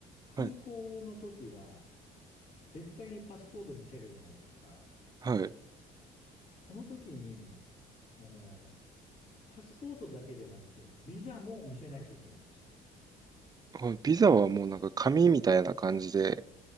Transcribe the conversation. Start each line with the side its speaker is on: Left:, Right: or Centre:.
Left: 空港の時は、
Right: はい。
Left: 絶対にパスポート見せるじゃないですか。
Right: はい。
Left: その時に、あの、パスポートだけじゃなくて、ビザも見せないといけないんですよ。
Right: あビザはもうなんか紙みたいな感じで